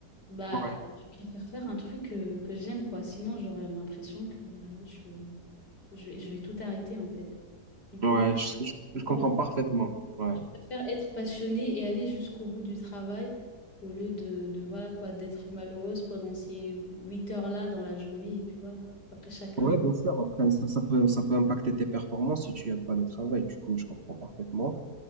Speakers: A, on the left; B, on the right.
A: bah,
B: ouais,
A: je préfère faire un truc euh, que j'aime, quoi. Sinon, j'aurais l'impression que bah, je, je vais, je vais tout arrêter, en fait. Du coup,
B: Ouais, je, je, je comprends
A: voilà
B: parfaitement. Ouais.
A: préfère être passionnée et aller jusqu'au bout du travail au lieu de, de voilà quoi, d'être malheureuse pendant ces 8 heures-là dans la journée et puis voilà quoi. Après chacun.
B: Ouais, bien sûr. Après, ça, ça peut, ça peut impacter tes performances si tu aimes pas le travail. Du coup, je comprends parfaitement.